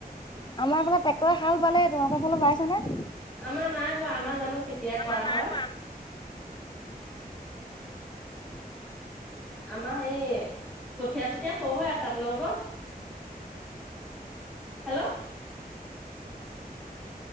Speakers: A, on the left; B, in the centre.
A: আমাৰ ফালে ট্ৰেক্টৰে হা'ল বালেই তোমোকৰ ফালত বাইছে নে?
B: আমাৰ নাই বোৱা, আমাৰ জানো কেতিয়া
A: আমাৰ
B: কৰা
A: নাই
B: হয়?
A: বোৱা
B: আমাৰ হেৰি কঠীয়া চঠীয়া সৰু হৈ আছে, আপোনালোকৰ? হেল্ল'?